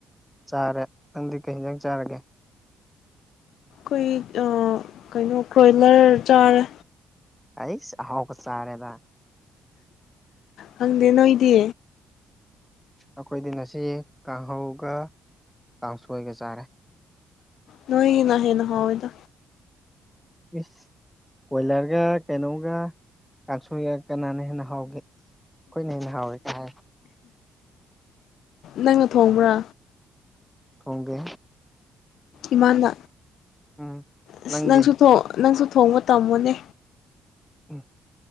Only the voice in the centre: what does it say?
ꯆꯥꯔꯦ ꯅꯪꯗꯤ ꯀꯩ ꯍꯗꯪ ꯆꯥꯔꯒꯦ
ꯑꯩ ꯍꯥꯎꯕ ꯆꯥꯔꯦꯗ
ꯑꯩꯈꯣꯏꯗꯤ ꯉꯁꯤ ꯀꯥꯡꯍꯧꯒ ꯀꯥꯡꯁꯣꯏꯒ ꯆꯥꯔꯦ
ꯏꯁ ꯀꯣꯏꯂꯔꯒ ꯀꯩꯅꯣꯒ ꯀꯥꯡꯁꯣꯏꯒ ꯀꯅꯥꯅ ꯍꯦꯟꯅ ꯍꯥꯎꯒꯦ ꯑꯩꯈꯣꯏꯅ ꯍꯦꯟꯅ ꯍꯥꯎꯋꯦ ꯀꯩ ꯍꯥꯏ
ꯊꯣꯡꯗꯦ
ꯎꯝ
ꯅꯪꯗꯤ
ꯎꯝ